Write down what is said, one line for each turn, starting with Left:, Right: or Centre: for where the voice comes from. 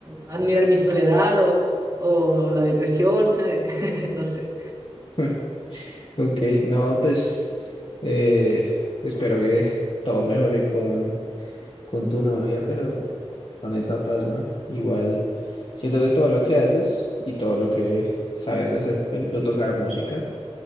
Right: admirar mi soledad o, o la depresión, <laughs> no sé.
Left: <laughs> ok. No, pues eh, espero que todo mejore con, con tu novia, pero son etapas, ¿no? Igual siento que todo lo que haces y todo lo que sabes hacer, por ejemplo, tocar música.